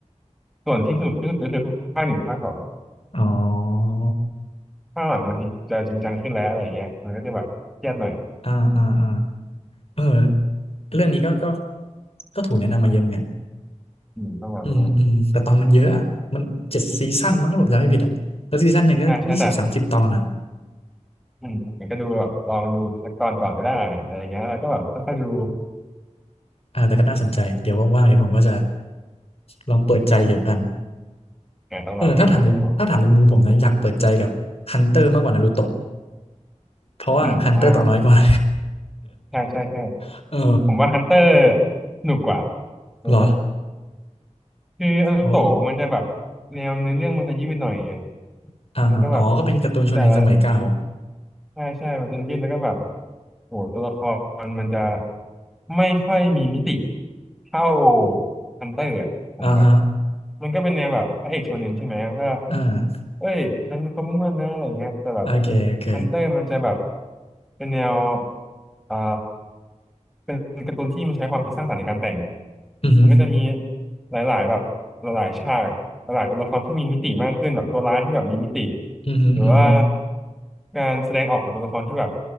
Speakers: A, in the centre; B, on the left (about 50°).
A: ส่วนที่สนุกที่สุดก็คือภาคหนึ่งภาคสอง
B: อ๋อ
A: ภาคหลังมันจะจริงจังขึ้นแล้วอะไรเงี้ยมันก็จะแบบเครียดหน่อย
B: อ่าอ่าอ่าเออเรื่องนี้ก็ก็ก็ถูกแนะนำมาเยอะเหมือนกัน
A: อืมต้องลองต้องลอง
B: อืมอืมแต่ตอนมันเยอะอะมันเจ็ดซีซั่นมั้งถ้าผมจำไม่ผิดอ่ะแล้วซีซั่นหนึ่งก็ยี่สิบสามสิบตอนอ่ะ
A: ใช่ใช่แต่อืมมันก็ดูแบบลองดูสักตอนก่อนก็ได้อะไรเงี้ยแล้วก็แบบค่อยๆดู
B: อ่าแต่ก็น่าสนใจเดี๋ยวว่างๆเดี๋ยวผมก็จะลองเปิดใจเกี่ยวกัน
A: อ่าต้องลองต้องลองต้องลอง
B: เออถ้าถามในถ้าถามในมุมผมนะอยากเปิดใจกับฮันเตอร์มากกว่านารูโตะเพราะว่าฮันเตอร์ตัวน้อยกว่า
A: อืมอ่าใช่ใช่ใช่
B: <laughs> เออ
A: ผมว่าฮันเตอร์สนุกกว่าโดโต
B: เหรอ
A: คืออนาโตะมันจะแบบ
B: โอ้
A: แนวเนื้อเรื่องมันจะยืดหน่อย
B: อ่าฮะอ๋อก็เป็นการ์ตูนโชเนนสมัยเก่า
A: แล้วก็แบบแต่ละ ใช่ใช่ มันจะยืดแล้วก็แบบโอ้ตัวละครมันจะไม่ค่อยมีมิติเท่าฮันเตอร์อะผมแบบ
B: อ่าฮะ
A: มันก็เป็นแนวแบบพระเอกโชเนนใช่ไหมมันก็
B: อ่า
A: เอ้ยฉันก็มุ่งมั่นนะอะไรเงี้ยแต่แบบ
B: โอเคโอเค
A: ฮันเตอร์มันจะแบบเป็นแนวอ่าเป็นการ์ตูนที่มันใช้ความคิดสร้างสรรค์ในการแต่ง
B: อือฮึ
A: มันก็จะมีหลายๆแบบหลายๆฉากหลายๆตัวละครที่มีมิติมากขึ้นแบบตัวร้ายที่แบบมีมิติ
B: อือฮึอือฮึ
A: หรือว่าการแสดงออกของตัวละครที่แบบ